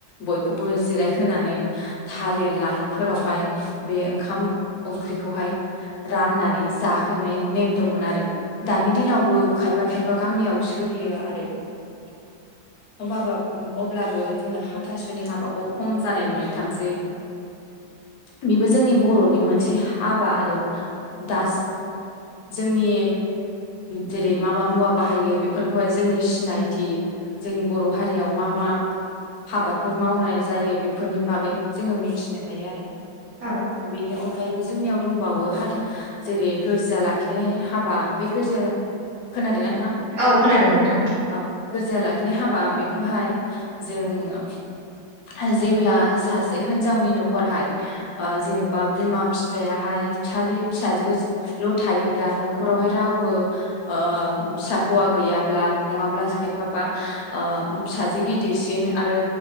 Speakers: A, on the left; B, on the right.
A: बयखौबो जिरायहोनानै। थालिर लाइफोरावहाय बे ओंखाम ओंख्रिखौहाय राननानै जाहो। फेरनाय नेम दंमोन आरो दानि दिनावबो खायफा खायफा गामियाव सोलियो आरो। <unintelligible> <inaudible> होमबाबो अब्लाबो जोङो हाथासुनि हाबाखौ खम जानाय नुनो थांसै। बेबो जोंनि बर'नि मोनसे हाबा आरो दा। जोंनि जेरै मा मा मुवा बाहायो बेफोरखौहाय जोंनि सिनायथि जोंनि बर' हारियाव मा मा हाबाफोर मावनाय जायो बेफोरनि बागै जोङो मिथिनो हायो आरो
B: औ
A: बेनि अनगायैबो जोंनियाव दंबावो हाथार जेरै गोर्जा लाखिनाय हाबा बे गोरजा खोनादो
B: औ खोनादों नोंथां
A: <inaudible> <unintelligible> माने हाबा बेखौहाय जों हो जेब्ला सासे हिनजावनि न'खरहाय ओ जेनेबा बिमा बिफायाहाय फिसालि फिसाजो ल' थायोब्ला न'खरावहाय रावबो ओ फिसा हौवा गैयाब्ला नङाब्ला खायफाबा ओ फिसाजो गिदिरसिन आरो